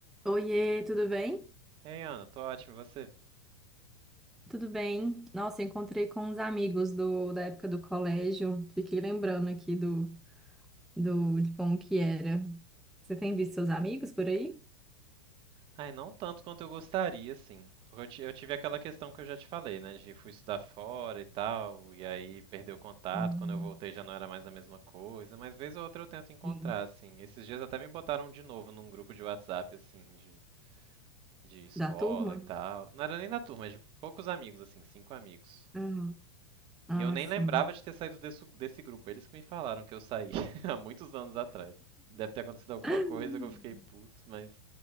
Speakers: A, in the centre; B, on the right.
A: Oiê, tudo bem?
B: Ei, Ana, tô ótimo, e você?
A: Tudo bem. Nossa, encontrei com uns amigos do, da época do colégio. Fiquei lembrando aqui do, do, de como que era. Você tem visto seus amigos por aí?
B: Ai, não tanto quanto eu gostaria, sim. Porque eu, ti- eu tive aquela questão que eu já te falei, né? De fui estudar fora e tal, e aí perdeu o contato.
A: Uhum.
B: Quando eu voltei já não era mais a mesma coisa, mas vez ou outra eu tento encontrar,
A: Sim.
B: assim. Esses dias até me botaram de novo num grupo de WhatsApp, assim, de, de escola
A: Da turma?
B: e tal. Não era nem da turma, é de poucos amigos, assim, cinco amigos.
A: Uhum. Ah,
B: E eu nem
A: sim.
B: lembrava de ter saído desse, desse grupo. Eles que me falaram que eu saí <laughs> há muitos anos atrás. Deve ter acontecido alguma
A: <laughs>
B: coisa que eu fiquei puto, mas.